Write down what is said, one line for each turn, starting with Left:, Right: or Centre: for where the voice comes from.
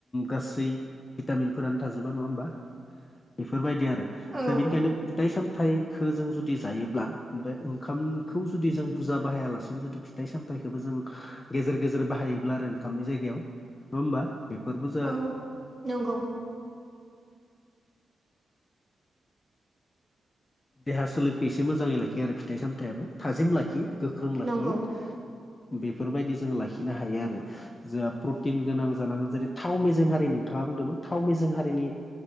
Left: गासै भिटामिनफोरानो थाजोबा नङा होमबा बेफोरबायदि आरो
Centre: औ
Left: ज बेनिखायनो फिथाइ सामथखौ जों जुदि जायोब्ला बे ओंखामखौ जु जों बुरजा बाहायालानो जु फिथाइ सामथायाइखौबो जों गेजेर गेजेर बाहायोब्ला आरो ओंखामनि जायगायाव नङा होमबा बेफोरबो जा
Centre: औ नंगौ
Left: देहा सोलेरखौ एसे मोजाङै लाखियो आरो फिथाइ सामथायाइाबो थाजिम लाखियो गोख्रों लाखियो
Centre: नंगौ
Left: बेफोरबायदि जोंङ लाखिनो हायो आरो जोंहा प्रटिन गोनां जानांगोन जेरै थाव मेजेम हारि नोंथाङा बुंदोंमोन थाव मेजेम हारिनि